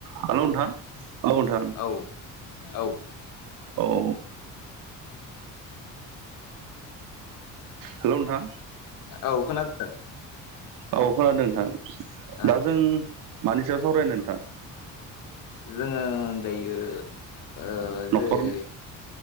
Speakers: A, on the right; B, on the left.
A: Hello नोंथां औ नोंथां
B: औ औ।
A: औ हेल' नोंथां
B: औ खोनादों
A: औ खोनादों नोंथां
B: ओ
A: दा जों मानि सायाव सावरायनो नोंथां
B: जोंङो दायो ओ जेरै
A: न'खरनो